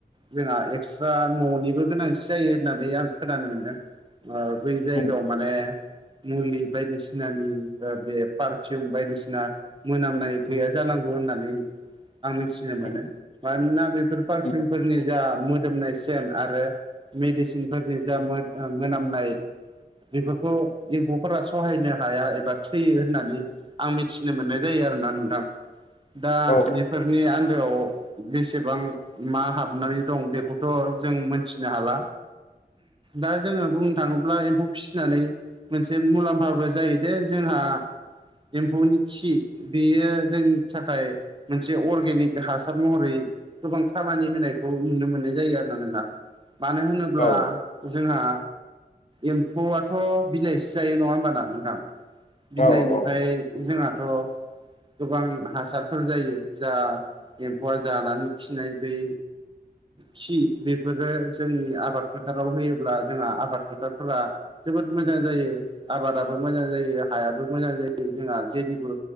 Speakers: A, on the right; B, on the left.
A: जोंहा एक्सट्रा न'निबो गोनांथि जायो होननानै आं खोनानो मोनदों। ओ बै जायगायाव
B: उम
A: माने मुलि बायदिसिनानि ओ बे पार फीयुम बायदिसिना मोनामनाय गैया जानांगौ होननानै आं मिथिनो मोनो
B: उम
A: मानोना बेफोर पारफिउमफोरनि
B: उम
A: जा मोदोमनाय सेन आरो मेडिसिनफोरनि जा मोद ओ मोनामनाय बेफोरखौ एम्फौफोरा सहायनो हाया एबा थैयो होननानै आं मिथिनो मोननाय जायो आरोना नोंथां। दा
B: औ
A: बेफोरनि आन्दोआव बेसेबां मा हाबनानै दं बेखौथ' जों मोनथिनो हाला। दा जोङो बुंनो थाङोब्ला एम्फौ फिसिनानै मोनसे मुलाम्फाबो जायो दे जोंहा एम्फौनि खि बेयो जोंनि थाखाय मोनसे अर्गेनिक हासार महरै गोबां खामानि होनायखौ नुनो मोननाय जायो आरो ना नोंथां। मानो होनोब्ला
B: औ
A: जोंहा एम्फौआथ' बिलाइसि जायो नङा होमबाना नोंथां? बिलाइनिफ्राय
B: औ औ
A: जोंहाथ' गोबां हासारफोर जायो जा एम्फौआ जानानै खिनाय बै खि बेफोरो जोंनि आबाद फोथाराव होयोब्ला जोंहा आबाद फोथारफोरा जोबोद मोजां जायो आबादाबो मोजां जायो हायाबो मोजां जायो। जोंहा जेनिबो